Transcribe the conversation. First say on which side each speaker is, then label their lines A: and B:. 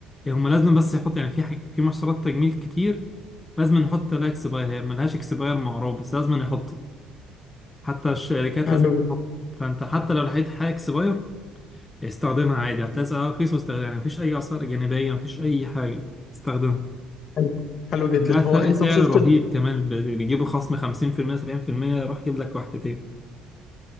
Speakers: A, on the left (about 20°); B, on the left (about 50°).
A: هما لازم بس يحط يعني في حاجة في محصولات تجميل كتير لازم نحط لها اكسباير هي ملهاش اكسباير معروف بس لازم نحطه حتى الشركات
B: حلو
A: لازم تحط فأنت حتى لو لقيت حاجة اكسباير استخدمها عادي هتلاقي سعرها رخيص واستخدمها يعني مفيش أي آثار جانبية مفيش أي حاجة استخدمها
B: حلو حلو جدا
A: هتلاقي
B: هو
A: فرق
B: انت
A: سعر
B: وصلت
A: رهيب كمان بيجيبوا خصم 50% 70% يروح يجيب لك واحدتين